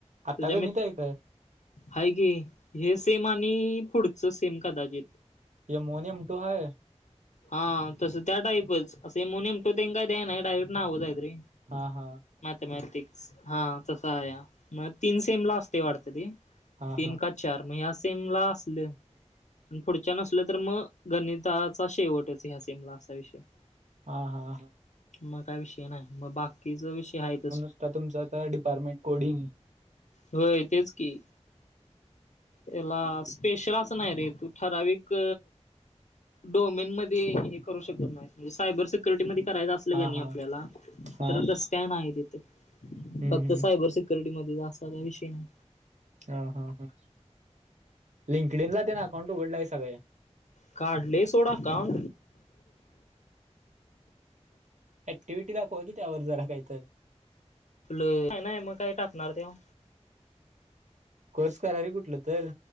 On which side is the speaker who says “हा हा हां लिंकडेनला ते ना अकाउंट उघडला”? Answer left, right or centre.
Right